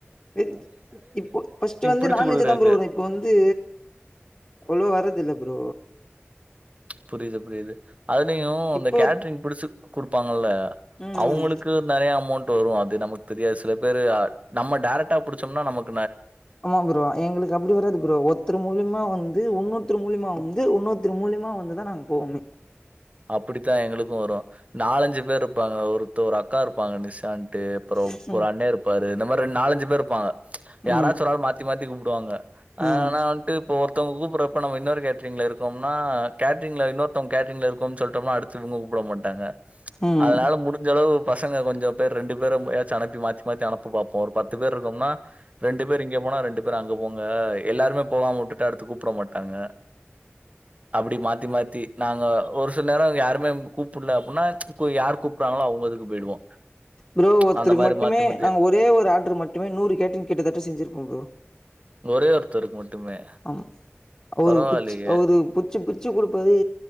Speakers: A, on the left; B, on the right.
A: வெஜ் இப்போ ஃபஸ்ட்டு வந்து
B: பிடிச்சு
A: நான்வெஜ்ஜ
B: குடுக்குறதுக்கு
A: தான் ப்ரோ வரு இப்போ வந்து அவுளோவா வரதில்ல ப்ரோ
B: புரிது புரிது அதுலயு இந்த
A: இப்போ
B: கேட்ரிங் பிடிசு குடுப்பாங்கல்ல
A: ம்
B: அவுங்களுக்கு நெறைய அமௌண்ட்டு வரு அது நமக் தெரியாது சில பேரு நம்ம டேரக்ட்டா புடிச்சோம்னா நமக்
A: ஆமா ப்ரோ எங்களு க்கு அப்டி வராது ப்ரோ ஒர்த்தரு மூலிமா வந்து உன்னொத்தரு மூலிமா வந்து உன்னொத்தரு மூலியமா வந்துதா நாங்க போவோமே
B: அப்புடித்தா எங்களுக்கு வரு நாலஞ்சு பேர் இருப்பாங்க ஒருத்த ஒரு அக்கா இருப்பாங்க நிஷான் ட்டு அப்புறோ
A: ம்
B: ஒரு அண்ண இருப்பாரு இந்த மாரி நாலஞ்சு பேர் இருப்பாங்க
A: ம்
B: யாராச்சு ஒராள் மாத் தி மாத்தி கூப்டுவாங்க
A: ம்
B: அது ஆனா வன்ட்டு இப்போ நம்ம ஒருத்தவ்ங்க கூப்புறப்போ இன்னொரு கே ட்ரிங்ல இருக்கொம்னா கேட்ரிங்ல இன்னொருத்தவங் கேட்ரிங்ல இருக்கோன் சொல் விட்டோம்னா அடுத்து இவங்க கூப்ட மாட்டாங்க
A: ம்
B: அதனால முடி சளவு பசங்க கொஞ்சோ பேர் ரெண்டு பேரயாச்சு அனுப்பி மாத்தி மாத்தி அனுப்ப பாப்போ ஒரு பத்து பேர் இருக்கம்னா ரெண்டு பேர் இங்க போனா ரெண்டு பேரு அங்க போங்க எல்லாருமே போகாம உட்டுட்டா அடுத்து கூப்ட மாட்டாங்க அப்டி மாத்தி மாத்தி நாங்க ஒரு சில நேர அங்க யாருமே கூப்டல அப்டின்னா இப்ப யார் கூ ப்றாங்களோ அவங்கதுக்கு போய்டுவோ
A: ப்ரோ ஒருத்தருக்கு
B: அந்த மாரி
A: மட்டுமே
B: மாத்தி மாத்தி
A: நாங்க ஒரே ஒரு ஆர்டர் மட்டுமே நூறு கேட்ரிங் கிட்டத்தட்ட செஞ்சிருப்போ ப்ரோ
B: ஒரே ஒருத்தருக்கு மட்டுமே
A: ஆமா அவருக்கு
B: பரவாயில்லையே.
A: புச்சு அவரு புச்சு புச்சு குடுப்பாரு